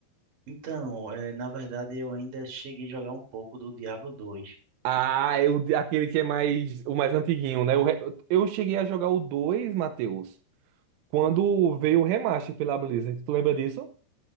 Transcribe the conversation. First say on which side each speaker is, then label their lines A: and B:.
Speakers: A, on the right (about 45°); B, on the right (about 80°).
A: então, é, na verdade eu ainda cheguei a jogar um pouco do Diablo dois
B: Ah, é o, aquele que é mais, o mais antiguinho, né? O re- eu cheguei a jogar o 2, Matheus, quando veio o remaster pela Blizzard. Tu lembra disso?